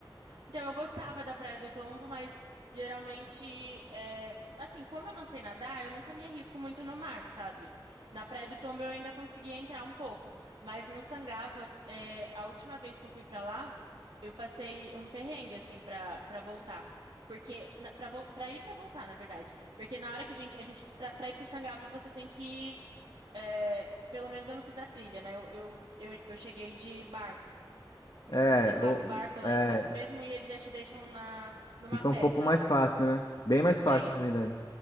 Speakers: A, on the right; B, on the left.
A: Então, eu gostava da Praia do Tombo, mas geralmente, é, assim, como eu não sei nadar, eu nunca me arrisco muito no mar, sabe? Na Praia do Tombo eu ainda conseguia entrar um pouco, mas no Sangava, é, a última vez que eu fui pra lá, eu passei um perrengue, assim, pra, pra voltar. Porque, na, pra, vol- pra ir e pra voltar, na verdade. Porque na hora que a gente, a gente pra, pra ir pro Sangava, você tem que, é, pelo menos eu não fiz a trilha, né? eu, eu, eu eu cheguei de barco.
B: É,
A: Você paga
B: o-
A: o barco
B: o-
A: lá
B: é,
A: em Santos mesmo e eles já te deixam na numa
B: fica
A: pedra
B: um pouco mais
A: lá.
B: fácil, né? Bem mais
A: E
B: fácil,
A: aí
B: na
A: o,
B: verdade.